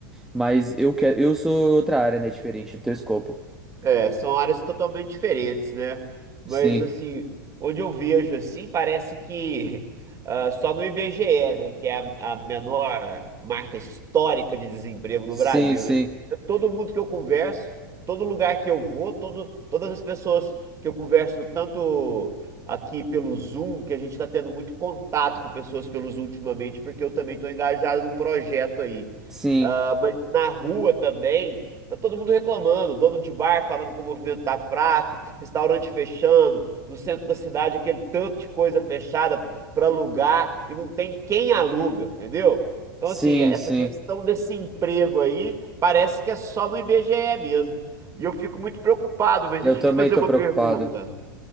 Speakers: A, in the centre; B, on the right.
A: mas eu quero, eu sou outra área, né? Diferente do teu escopo.
B: É, são áreas totalmente diferentes, né? Mas
A: Sim,
B: assim, onde eu vejo assim, parece que <laughs> ah, só no IBGE, né, que é a, a menor marca histórica de desemprego no
A: sim,
B: Brasil,
A: sim,
B: né? É Todo mundo que eu converso, todo lugar que eu vou, todo, todas as pessoas que eu converso, tanto aqui pelo Zoom, que a gente está tendo muito contato com pessoas pelo Zoom ultimamente, porque eu também estou engajado num projeto aí.
A: sim,
B: Ah, mas na rua também. Tá todo mundo reclamando, dono de bar falando que o movimento tá fraco, restaurante fechando, no centro da cidade aquele tanto de coisa fechada para alugar e não tem quem aluga, entendeu? Então,
A: sim,
B: assim, é, essa
A: sim.
B: questão desse emprego aí parece que é só no IBGE mesmo. E eu fico muito preocupado, mas
A: Eu
B: deixa
A: também
B: eu te fazer
A: tô
B: uma
A: preocupado.
B: pergunta.